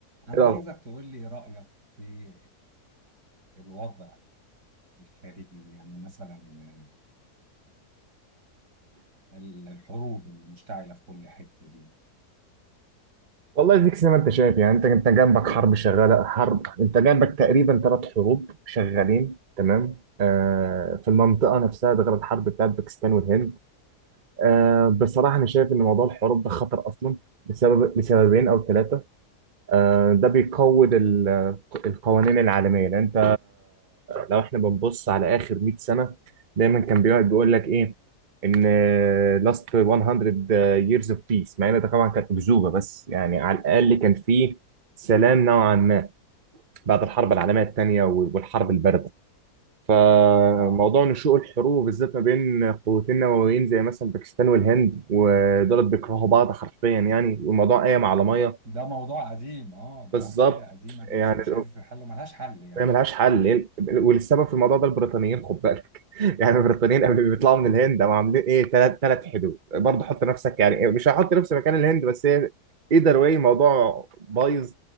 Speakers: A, on the right; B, on the right.
A: أنا
B: لا
A: عايزك تقول لي رأيك في آه، الوضع الخارجي يعني مثلا آه، ال- الحروب المشتعلة في كل حتة دي
B: والله ديك زي ما انت شايف يعني انت انت جنبك حرب شغاله حرب انت جنبك تقريبا ثلاث حروب شغالين تمام آه في المنطقه نفسها ده غير الحرب بتاعت باكستان والهند آه بصراحه انا شايف ان موضوع الحروب ده خطر اصلا لسبب لسببين او ثلاثه آه ده بيقوي القوانين العالمية لأن أنت لو إحنا بنبص على آخر 100 سنة دايما كان بيقعد بيقول لك إيه إن last 100 years of peace مع إن ده طبعا كانت أكذوبة بس يعني على الأقل كان في سلام نوعا ما بعد الحرب العالمية الثانية والحرب الباردة فموضوع
A: اه
B: نشوء الحروب بالذات ما بين قوتين نوويين زي مثلا باكستان والهند ودولت بيكرهوا بعض حرفيا يعني والموضوع قايم على ميه
A: ده موضوع قديم اه ده
B: بالظبط
A: حكاية قديمة دي
B: يعني
A: مش مش عايزة تتحل وملهاش حل يعني
B: هي ملهاش
A: الحاجات
B: حل
A: اللي
B: إيه ال- والسبب في الموضوع ده البريطانيين خد بالك <laughs> يعني البريطانيين
A: اه
B: قبل ما بيطلعوا من الهند هم عاملين ايه ثلاث ثلاث حدود برضه حط نفسك يعني إيه، مش هحط نفسي مكان الهند بس هي ايذر واي الموضوع بايظ